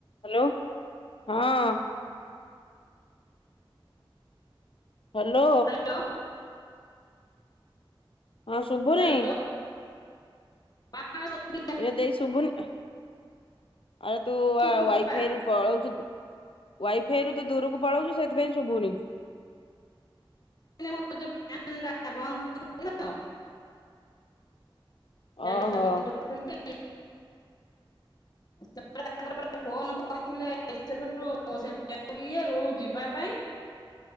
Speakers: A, on the left (about 75°); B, on the left (about 45°).
A: Hello, ହଁ। Hello.
B: ଲୋଁ।
A: ହଁ, ଶୁଭୁନି?
B: ହ୍ୟାଲୋ। ହଁ
A: ଏରେ ଦେଇ ଶୁଭୁନି। ଆରେ ତୁ
B: ଶୁଭିଲା
A: ୱାଇଫାଇ ରୁ ପଳଉଚୁ ତୁ। ୱାଇଫାଇ ରୁ ତୁ ଦୂରୁକୁ ପଳଉଚୁ, ସେଥିପାଇଁ ଶୁଭୁନି।
B: <inaudible> ଫ୍ୟାନ୍ ଟା ବନ୍ଦ। <inaudible> ଫ୍ୟାନ୍
A: ଓହୋ
B: ଟା ବନ୍ଦ <inaudible> <unintelligible> ତାପରେ <unintelligible> ଫୋନ୍ କରିଥିଲେ ସେଥିରୁ ସେ ଇଏରୁ ଯିବା ପାଇଁ।